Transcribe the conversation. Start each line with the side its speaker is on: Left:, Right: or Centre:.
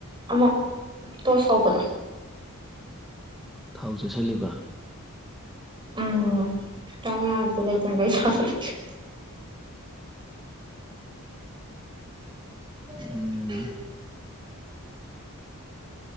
Right: ꯑꯃ ꯇꯣꯁ ꯍꯧꯕꯗꯣ꯫
Centre: ꯊꯥꯎ ꯆꯥꯁꯤꯜꯂꯤꯕ꯫
Right: ꯎꯝ ꯆꯅꯤꯡꯉꯥꯏꯗꯤ ꯂꯩꯇꯅ ꯀꯔꯤ ꯆꯗꫭꯔꯤꯒ‌ꯦ <unintelligible>
Centre: ꯎꯝ